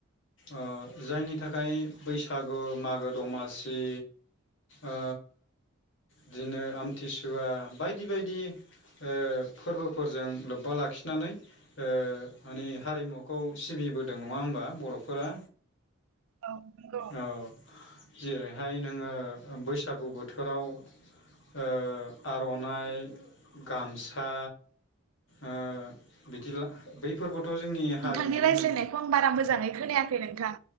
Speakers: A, on the left; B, on the right.
A: ओ जायनि थाखाय बैसागु मागो दमासि ओ बिदिनो आमथिसुवा बायदि बायदि ओ फोरबोफोरजों लोब्बा लाखिनानै ओ माने हारिमुखौ सिबिबोदों नङा होमबा बर'फोरा?
B: औ नंगौ
A: औ जेरैहाय नोङो बैसागु बोथोराव ओ आर'नाइ गामसा ओ बिदिला बैफोरबोथ' जोंनि हारिमुनि
B: नोंथांनि रायज्लायनायखौ
A: मोन
B: आं बारा मोजाङै खोनायाखै नोंथां।